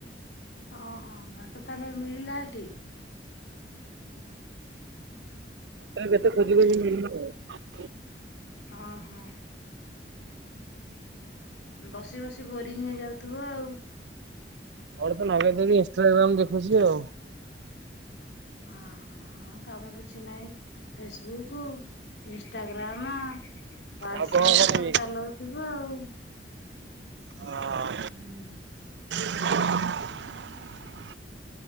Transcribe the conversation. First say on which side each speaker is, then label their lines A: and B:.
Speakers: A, on the left; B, on the right.
A: ଓହୋ ଭାତ ତାହେଲେ ମିଳିଲା ସେଠି?
B: <unintelligible>
A: ଓ ହୋ। ବସି ବସି ବୋରିଙ୍ଗ ହେଇଯାଉଥିବ ଆଉ।
B: ଆର ତ ନି ଇନଷ୍ଟାଗ୍ରାମ ଦେଖୁଛି ଆଉ।
A: ଅ ହୋ ହଁ କାମ କିଛି ନାହିଁ ଫେସବୁକ୍ ଇନଷ୍ଟାଗ୍ରାମ, ହଟସପ୍
B: ଆଉ କଣ କରିବି।
A: ସବୁ ଚଲାଉଥିବୁ ଆଉ।
B: ହଁ
A: ହୁଁ।
B: <inaudible>